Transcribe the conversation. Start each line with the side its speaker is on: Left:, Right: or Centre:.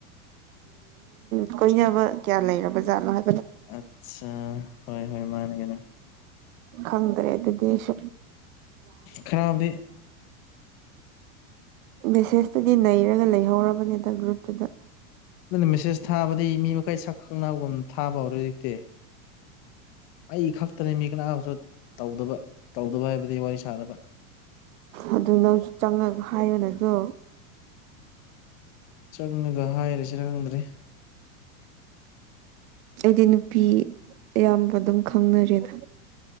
Right: ꯎ ꯀꯣꯏꯅꯕ ꯀꯌꯥ ꯂꯩꯔꯕ ꯖꯥꯠꯅꯣꯍ
Left: ꯑꯆꯥ ꯍꯣꯏ ꯍꯣꯏ ꯃꯥꯅꯦꯒꯅ
Right: ꯈꯪꯗ꯭ꯔꯦ ꯑ ꯗꯁ
Left: ꯈꯔꯞꯗꯤ
Right: ꯃꯦꯁꯦꯖꯇꯗꯤ ꯅꯩꯔꯒ ꯂꯩꯍꯧꯔꯕꯅꯦꯗ ꯒ꯭ꯔꯨꯞꯇꯨꯗ
Left: ꯅꯪꯅ ꯃꯦꯁꯦꯁ ꯊꯥꯕꯗꯤ ꯃꯤ ꯃꯈꯩ ꯁꯛ ꯈꯪꯅꯕꯒꯨꯝ ꯊꯥꯕ ꯍꯧꯔꯦ ꯍꯧꯖꯤꯛꯇꯤ ꯑꯩ ꯈꯛꯇꯅꯦ ꯃꯤ ꯀꯅꯥꯝꯁꯨ ꯇꯧꯗꯕ ꯇꯧꯗꯕ ꯍꯥꯏꯕꯗꯤ ꯋꯥꯔꯤ ꯁꯥꯗꯕ
Right: ꯑꯗꯨ ꯅꯪꯁꯨ ꯆꯪꯉꯒ ꯍꯥꯏꯌꯣꯅꯦ ꯑꯗꯣ
Left: ꯆꯪꯉꯒ ꯍꯥꯏꯔꯤꯁꯤ ꯈꯪꯗ꯭ꯔꯦ
Right: ꯑꯩꯗꯤ ꯅꯨꯄꯤ ꯑꯌꯥꯝꯕ ꯑꯗꯨꯝ ꯈꯪꯅꯔꯦꯗ